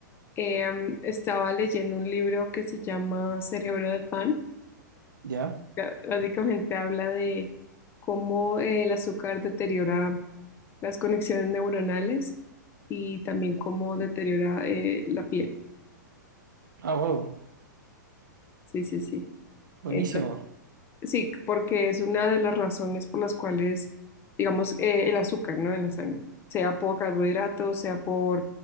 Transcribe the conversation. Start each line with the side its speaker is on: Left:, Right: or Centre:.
Left: Em, estaba leyendo un libro que se llama Cerebro de Pan.
Right: Ya.
Left: Ya, Básicamente habla de cómo el azúcar deteriora las conexiones neuronales y también cómo deteriora eh, la piel.
Right: Ah, wow.
Left: Sí, sí, sí.
Right: Buenísimo.
Left: Entonces, sí, porque es una de las razones por las cuales, digamos, eh, el azúcar, ¿no? En la sangre, sea por carbohidratos, sea por,